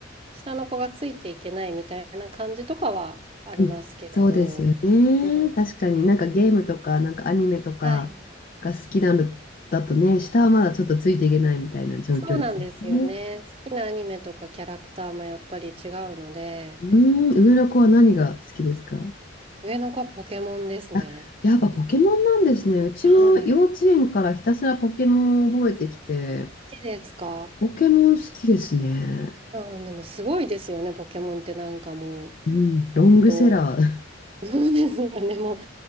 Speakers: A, on the right; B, on the left.
A: 下の子がついていけないみたいな感じとかはありますけれど、
B: うんそうですよね。
A: うん、
B: 確かになんかゲームとか、なんかアニメとかが好きなのだとね、
A: はい。
B: 下はまだちょっとついていけないみたいな状況ですよね。
A: そうなんですよね。好きなアニメとかキャラクターもやっぱり違うので、
B: うん。上の子は何が好きですか
A: 上の子はポケモンですね。
B: あ、やっぱポケモンなんですね。うちも幼稚園からひたすらポケモンを覚えてきて、
A: はい。好きですか
B: ポケモン好きですね。
A: うん、でもすごいですよね、ポケモンってなんかもう、
B: うん、
A: 本当、
B: ロングセラー。
A: <laughs> そうですよね、もう、